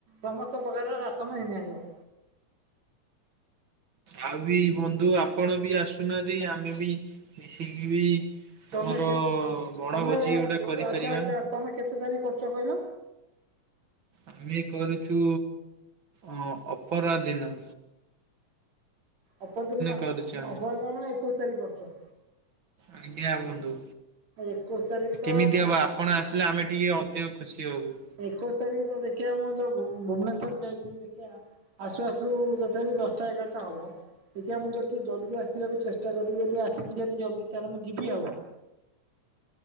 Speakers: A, on the right (about 65°); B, on the right (about 45°).
A: ସମସ୍ତ ପ୍ରକାର ରାସନ ଘିନି ଆଣିବ।
B: ଆଉ ବି ବନ୍ଧୁ ଆପଣ ବି ଆସୁନାହାନ୍ତି ଆମେ ବି ମିଶିକି ବି ଆମର
A: ତମେ କେ
B: ବଣଭୋଜି
A: ତମେ
B: ଗୋଟେ କରିପାରିବା।
A: ଆଚ୍ଛା ଆଚ୍ଛା ତମେ କେତେ ତାରିଖ୍ କରୁଚ କହିଲ?
B: ଆମେ କରୁଚୁ ଅ- ଅପରାଦିନ।
A: ଅପରଦିନି-ଅପରଦିନି
B: କରୁଛୁ ଆମେ।
A: ମାନେ ଏକୋଇଶି ତାରିଖ୍ କରୁଚ?
B: ଆଜ୍ଞା ବନ୍ଧୁ
A: ଏକୋଇଶ ତାରିଖ ତ
B: କେମିତି ହବ ଆପଣ ଆସିଲେ ଆମେ ଟିକେ ଅଧିକ ଖୁସି ହବୁ।
A: ଏକୋଇଶି ତାରିଖ୍ ତ ଦେଖିବା ମୁଁ ଯଉ ଭୁ-ଭୁବନେଶ୍ଵରରେ ଯାଇଥିବି ଦେଖିବା। ଆସୁ ଆସୁ ତଥାପି ଦଶଟା ଏଗାର୍ ଟା ହବ। ଦେଖିଆ ମୁଁ ଯଦି ଜଲ୍ଦି ଆସିବାକୁ ଚେଷ୍ଟା କରିବି ଯଦି ଆସିଥିବି ଜଲ୍ଦି ତାହେଲେ ମୁଁ ଯିବି ଆଉ।